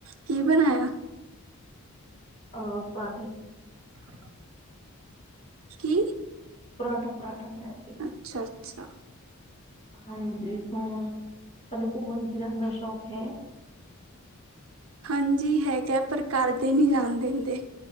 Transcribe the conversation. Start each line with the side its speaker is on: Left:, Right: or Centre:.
Right: ਕੀ ਬਣਾਇਆ।
Left: ਅਹ ਆਪਾਂ ਠੀ।
Right: ਹ। ਕੀ।
Left: ਪੁਰਾਠਾ-ਪੁਰਾਠਾ ਖਾਆ ਸੀ।
Right: ਅੱਛਾ, ਅੱਛਾ।
Left: ਹਾਂਜੀ ਹੋਰ ਤੁਹਾਨੂੰ ਘੁੰਮਣ ਫਿਰਨ ਦਾ ਸ਼ੌਕ ਹੈ।
Right: ਹਾਂਜੀ ਹੈਗਾ ਪਰ ਕਰਦੇ ਨੀ ਜਾਣ ਦਿੰਦੇ।